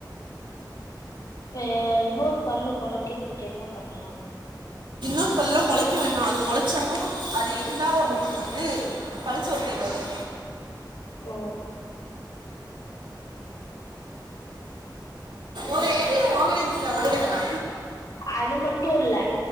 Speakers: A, on the left; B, on the right.
A: இப்ப இன்னொரு பல்லு மொளைக்கிறதுக்கு என்ன பண்ணலாம்
B: இன்னொரு பல்லாம் மொளைக்க வேணாம் அது மொளைச்சாலும் அது இருந்தா உனக்கு வந்து பல் சொத்தை வரும்
A: ஓ
B: ஒரு ஏரியில் ரோகலை மிஸ்டா வடிகடா.
A: அது மட்டு இல்ல